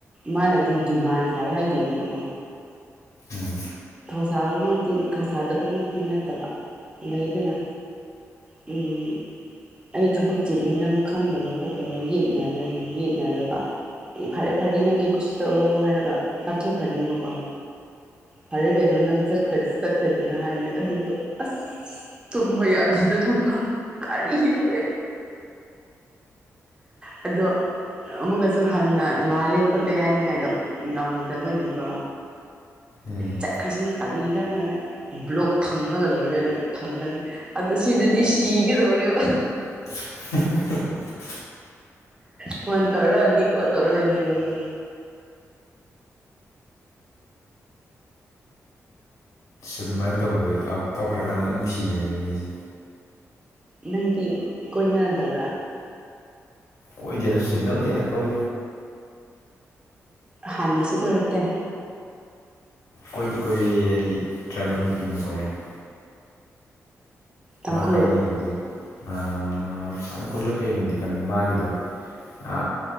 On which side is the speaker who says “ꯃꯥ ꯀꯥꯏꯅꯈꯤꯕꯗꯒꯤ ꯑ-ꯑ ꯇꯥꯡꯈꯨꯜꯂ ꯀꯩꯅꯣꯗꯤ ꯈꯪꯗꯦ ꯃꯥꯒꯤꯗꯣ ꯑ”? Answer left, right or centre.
Left